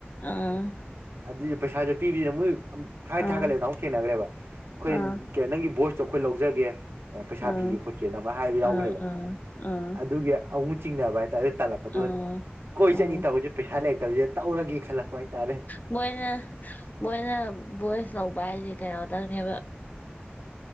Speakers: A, on the left (about 45°); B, on the right (about 75°).
A: ꯑꯥ
B: ꯑꯗꯨꯏ ꯄꯩꯁꯥꯁꯨ ꯄꯤꯕꯤꯗꯅ ꯃꯣꯏ ꯊꯥꯠ
A: ꯑꯥ
B: ꯊꯥꯒꯠꯂꯦꯕꯗ ꯑꯃꯨꯛ ꯊꯦꯡꯅꯈ꯭ꯔꯦꯕ ꯑꯩꯈꯣꯏ
A: ꯑꯥ
B: ꯀꯦ ꯅꯪꯒꯤ ꯚꯣꯏꯁꯇꯣ ꯑꯩꯈꯣꯏ ꯂꯧꯖꯒꯦ ꯄꯩꯁꯥ
A: ꯑꯥ
B: ꯄꯤꯒꯦ ꯈꯣꯠꯀꯦꯅ ꯑꯃ ꯍꯥꯏꯕ ꯌꯥꯎꯈ꯭ꯔꯦꯕ
A: ꯑꯥ ꯑꯥ ꯑꯥ
B: ꯑꯗꯨꯒꯤ ꯑꯃꯨꯛ ꯆꯤꯡꯅꯕ ꯍꯥꯏꯇꯥꯔꯦ ꯑꯗꯨ ꯇꯥꯜꯂꯛꯄꯗꯨ
A: ꯑꯥ
B: ꯀꯣꯏ
A: ꯎꯝ
B: ꯆꯠꯅꯤ ꯇꯧꯕꯁꯦ ꯄꯩꯁꯥ ꯂꯩꯔꯛꯇꯕꯁꯦ ꯇꯧꯔꯒ ꯈꯜꯂꯛꯄ ꯍꯥꯏꯇꯥꯔꯦ
A: ꯃꯣꯏꯅ ꯃꯣꯏꯅ ꯚꯣꯏꯁ ꯂꯧꯕ ꯍꯥꯏꯁꯦ ꯀꯩꯅꯣꯗꯪꯅꯦꯕ